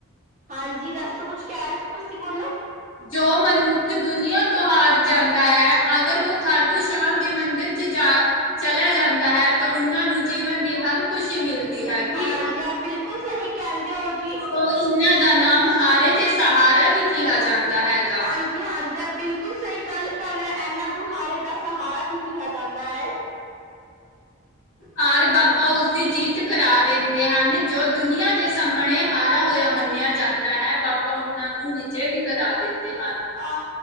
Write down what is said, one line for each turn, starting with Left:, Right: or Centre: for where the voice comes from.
Right: ਹਾਂਜੀ ਦੱਸੋ ਕੁਛ ਕਹਿ ਰਹੇ ਸੀ ਤੁਸੀਂ ਬੋਲੋ
Left: ਜੋ ਮਨੁੱਖ ਦੁਨੀਆਂ ਤੋਂ ਹਾਰ ਜਾਂਦਾ ਐ। ਅਗਰ ਵੋ ਖਾਟੂ ਸ਼ਾਮ ਦੇ ਮੰਦਿਰ ਚ ਜਾ ਚਲਿਆ ਜਾਂਦਾ ਹੈ, ਤਾਂ ਉਹਨਾਂ ਨੂੰ ਜੀਵਨ ਦੀ ਹਰ ਖ਼ੁਸ਼ੀ ਮਿਲਦੀ ਹੈਗੀ,
Right: ਹਾਂਜੀ ਆਪ ਬਿਲਕੁਲ ਸਹੀ ਕਹਿੰਦੇ ਹੋ ਜੀ।
Left: ਤੋ ਇਨਾ ਦਾ ਨਾਮ ਹਾਰੇ ਤੇ ਸਹਾਰਾ ਵੀ ਕਿਹਾ ਜਾਂਦਾ ਹੈਗਾ।
Right: ਹਾਂਜੀ ਹਾਂਜੀ ਆਪ ਬਿਲਕੁਲ ਗੱਲ ਕਰ ਰੇ ਐਨਾਂ ਦੁਹਾਰੇ ਦਾ ਸਹਾਰਾ ਵੀ ਕਿਹਾ ਜਾਂਦਾ ਐ।
Left: ਹਰ ਬਾਬਾ ਉਸਦੀ ਜੀਤ ਕਰਾ ਦੇੰਦੇ ਹਨ ਜੋ ਦੁਨੀਆਂ ਦੇ ਸਮਣੇ ਹਾਰਾ ਹੋਯਾ ਮੰਨਿਆ ਜਾਂਦਾ ਹੈ, ਬਾਬਾ ਉਹਨਾਂ ਨੂੰ ਵਿਜੇ ਵੀ ਕਰਾ ਦਿੰਦੇ ਹਨ।
Right: ਆ